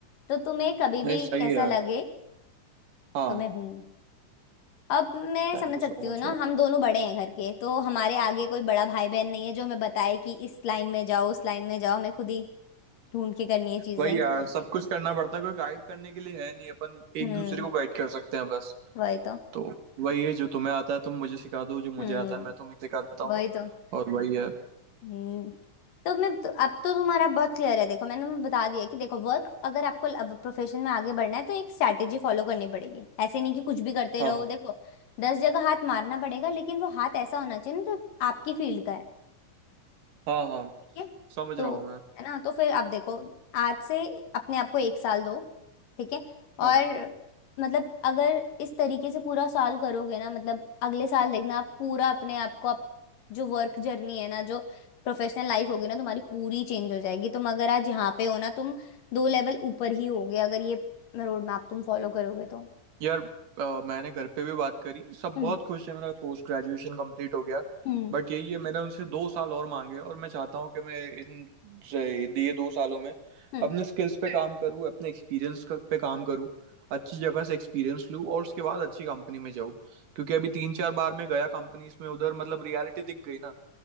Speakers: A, on the left; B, on the right.
A: तो तुम्हें कभी भी
B: नहीं सही है
A: ऐसा
B: यार
A: लगे
B: हाँ
A: तो मैं हूँ अब मैं
B: थैंक
A: समझ
B: यू
A: सकती
B: सो
A: हूँ
B: मच
A: ना
B: यार
A: हम दोनों बड़े हैं घर के तो हमारे आगे कोई बड़ा भाई बहन नहीं है जो हमें बताए कि इस लाइन में जाओ उस लाइन में जाओ हमें खुद ही ढूंढ के करनी है चीजें
B: वही यार सब कुछ करना पड़ता है कोई गाइड करने के लिए है नहीं अपन एक
A: हम्म
B: दूसरे को गाइड कर सकते हैं बस
A: वही तो
B: तो वही है जो तुम्हें आता है तुम मुझे सिखा दो जो मुझे
A: हम्म
B: आता है मैं तुम्हें सिखा देता हूँ
A: वही तो तो,
B: और वही है
A: हम्म तो मैं तो, अब तो तुम्हारा बहुत क्लियर है देखो मैंने तुम्हें बता दिया है कि देखो वर्क अगर आपको प्रोफेशन में आगे बढ़ना है तो एक स्ट्रैटेजी फॉलो करनी पड़ेगी ऐसे नहीं कि कुछ भी करते
B: हाँ
A: रहो देखो दस जगह हाथ मारना पड़ेगा लेकिन वो हाथ ऐसा होना चाहिए ना तो आपकी फील्ड का है
B: हाँ हाँ
A: ठीक है
B: समझ
A: तो
B: रहा हूँ मैं
A: है ना तो फिर आप देखो आज से अपने आप को एक साल दो ठीक है
B: हाँ
A: और मतलब अगर इस तरीके से पूरा साल करोगे ना मतलब अगले साल देखना आप पूरा अपने आप को आप जो वर्क जर्नी है ना जो प्रोफेशनल लाइफ होगी ना तुम्हारी पूरी चेंज हो जाएगी तुम अगर आज यहाँ पे हो ना तुम दो लेवल ऊपर ही होगे अगर ये रोड मैप तुम फॉलो करोगे तो
B: यार अ, मैंने घर पे भी बात करी सब
A: हम्म
B: बहुत खुश है मेरा पोस्ट ग्रेजुएशन कंप्लीट हो गया
A: हम्म
B: बट यही है मैंने उनसे दो साल और मांगे और मैं चाहता हूँ कि मैं इन से- ये दो सालों में
A: हम्म
B: अपने स्किल्स पे काम करूँ अपने एक्सपीरियंस पे काम करूँ अच्छी जगह से एक्सपीरियंस लूँ और उसके बाद अच्छी कंपनी में जाऊँ क्योंकि अभी तीन चार बार मैं गया कंपनीज में उधर मतलब रियलिटी दिख गई ना